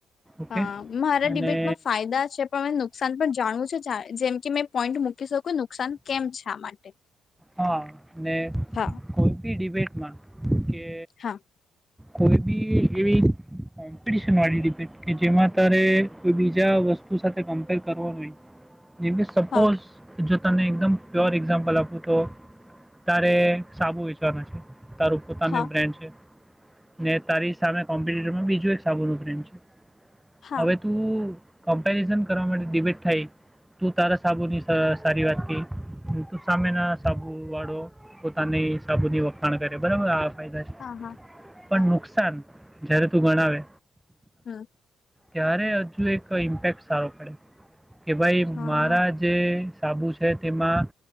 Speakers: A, in the centre; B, on the left.
A: ઓકે
B: હા મારા ડિબેટમાં
A: અને
B: ફાયદા છે પણ નુકસાન પણ જાણવું છે જાય જેમ કે મેં પોઈન્ટ મૂકી શકું નુકસાન કેમ છે આ માટે.
A: હા ને
B: હા
A: કોઈ ભી ડિબેટ ન કે.
B: હા.
A: કોઈ બી એવી કોમ્પિટિશન વાળી ડિબેટ કે જેમાં તારે કોઈ બીજા વસ્તુ સાથે કમ્પેર કરવા જોય. જેકે સપોઝ
B: હા
A: જો તને એકદમ પ્યોર એક્ઝામ્પલ આપો તો તારે સાબુ વિચવાના છે. તારું પોતાની
B: હા
A: નુ બ્રાન્ડ છે. ને તારી સામે કોમ્પ્યુટરમાં બીજું એક સાબુ બેન્ડ છે.
B: હા
A: હવે તું કમ્પેરિઝન કરવા માટે ડિબેટ થાય તું તારા સાબુની સ સારી વાત કી તું સામેના સાબુવાળો પોતાની સાબુની વખાણ કરે બરાબર આ <unintelligible> છે પણ
B: હા હા હા
A: નુકસાન જયારે તું ભણાવે
B: હમ્મ.
A: ત્યારે હજુ એક ઇમ્પેક્ટ સારો પડે. કે ભાઈ
B: હા
A: મારા જે સાબુ છે તેમાં